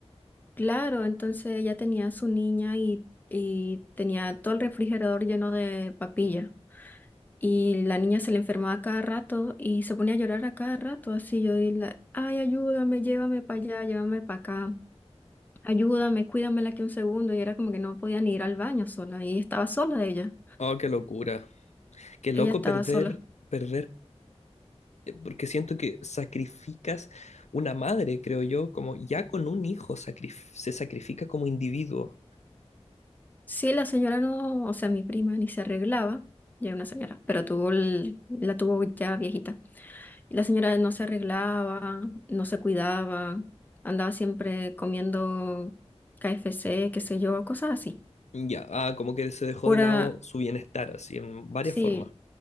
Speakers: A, on the left (about 15°); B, on the left (about 80°).
A: Claro, entonces ella tenía a su niña y, y tenía todo el refrigerador lleno de papilla. Y la niña se le enfermaba cada rato y se ponía a llorar a cada rato, así yo y la, ay, ayúdame, llévame para allá, llévame para acá, ayúdame, cuídamela aquí un segundo. Y era como que no podía ni ir al baño sola y estaba sola ella,
B: Oh, qué locura. Qué loco
A: ella estaba
B: perder,
A: sola.
B: perder, eh, porque siento que sacrificas una madre, creo yo, como ya con un hijo sacrif- se sacrifica como individuo.
A: Sí, la señora no, o sea, mi prima ni se arreglaba, ya era una señora, pero tuvo el- la tuvo ya viejita. Y la señora no se arreglaba, no se cuidaba, andaba siempre comiendo KFC, qué sé yo, cosas así.
B: Ya, ah, como que se dejó
A: Pura,
B: de lado su bienestar, así, en varias
A: Sí,
B: formas.